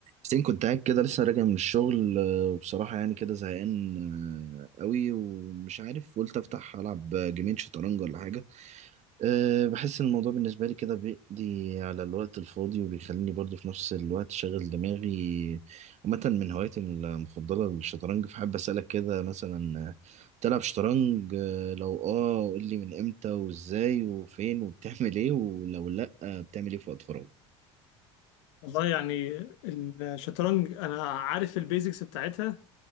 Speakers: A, on the right; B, on the left.
A: حسين كنت قاعد كده لسه راجع من الشغل آه، وبصراحة يعني كده زهقان آه، قوي ومش عارف قلت أفتح ألعب جيمين شطرنج ولا حاجة آه، بحس إن الموضوع بالنسبة لي كده بيقضي على الوقت الفاضي وبيخليني برضه في نفس الوقت شغل دماغي عامة من هواياتي المفضلة الشطرنج فحب أسألك كده مثلا آه، تلعب شطرنج آه، لو آه قول لي من إمتى وإزاي وفين وبتعمل إيه ولو لأ آه، بتعمل إيه في وقت فراغ
B: والله يعني الشطرنج انا عارف البيزكس بتاعتها